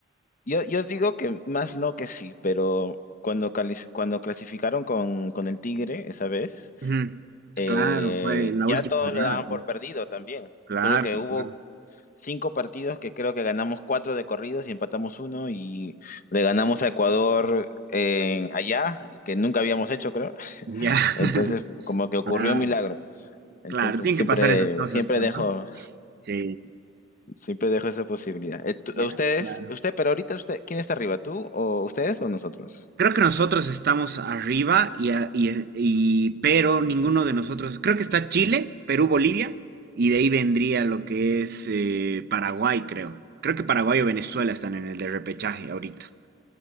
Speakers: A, on the left; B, on the right.
A: yo, yo digo que más no que sí, pero cuando, calif- cuando clasificaron con, con el Tigre esa vez,
B: Ujú.
A: eh,
B: Claro, fue en la
A: ya
B: última
A: todos
B: jornada.
A: lo daban por
B: ¿no?
A: perdido también.
B: Claro,
A: Solo que hubo
B: claro.
A: cinco partidos que creo que ganamos cuatro de corridos y empatamos uno y le ganamos a Ecuador eh, allá, y que nunca habíamos hecho, creo.
B: Ya. <laughs>
A: Entonces, como que ocurrió
B: Claro,
A: un milagro. Entonces,
B: claro. Tienen
A: siempre,
B: que pasar esas cosas,
A: siempre
B: pues,
A: dejo,
B: ¿no? Sí,
A: siempre dejo esa posibilidad. Eh, tú-
B: ya.
A: Ustedes,
B: claro.
A: usted, pero ahorita usted, ¿quién está arriba? ¿Tú o ustedes o nosotros?
B: Creo que nosotros estamos arriba y, a- y- y- pero ninguno de nosotros, creo que está Chile, Perú, Bolivia, y de ahí vendría lo que es eh, Paraguay, creo. Creo que Paraguay o Venezuela están en el de repechaje ahorita.